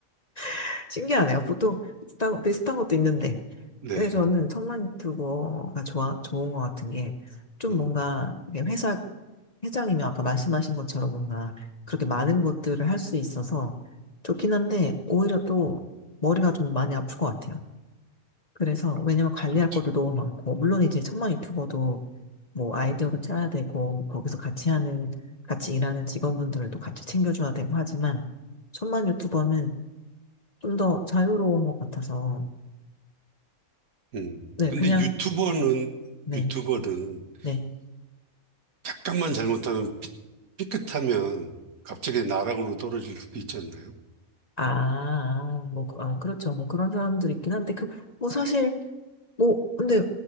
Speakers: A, on the left; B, on the right.
A: <laughs> 신기하네요. 보통 비슷한, 비슷한 것도 있는데.
B: 네.
A: 근데 저는 천만 유튜버가 좋아, 좋은 것 같은 게, 좀
B: 음,
A: 뭔가, 이게 회사, 회장이면 아까 말씀하신 것처럼 뭔가, 그렇게 많은 것들을 할 수 있어서 좋긴 한데, 오히려 또 머리가 좀 많이 아플 것 같아요. 그래서,
B: 아,
A: 왜냐면 관리할
B: 그렇죠.
A: 것도 너무 많고, 물론 이제 천만 유튜버도 뭐 아이디어도 짜야 되고, 거기서 같이 하는, 같이 일하는 직원분들도 같이 챙겨줘야 되고 하지만, 천만 유튜버는 좀 더 자유로운 것 같아서,
B: 음.
A: 네,
B: 근데
A: 그냥,
B: 유튜버는,
A: 네,
B: 유튜버는
A: 네.
B: 잠깐만 잘못하면, 삐, 삐끗하면 갑자기 나락으로 떨어질 수도 있지 않나요?
A: 아, 뭐, 그- 아, 그렇죠. 뭐 그런 사람들 있긴 한데, 그, 뭐 사실, 뭐, 근데